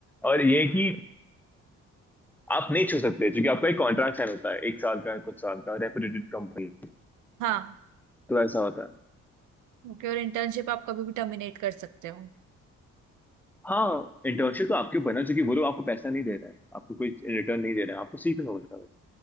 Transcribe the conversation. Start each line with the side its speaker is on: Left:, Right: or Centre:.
Centre: <laughs> और ये कि आप नहीं छू सकते क्योंकि आपका एक कॉन्ट्रैक्ट साइन होता है एक साल का कुछ साल का रेपुटेटेड कंपनी
Right: हाँ
Centre: तो ऐसा होता है
Right: ओके और इंटर्नशिप आप कभी भी टर्मिनेट कर सकते हो
Centre: हाँ इंटर्नशिप तो आपके बना चूंकि वो लोग आपको पैसा नहीं दे रहे हैं आपको कोई रिटर्न नहीं दे रहे हैं आपको सीखना होता है बस।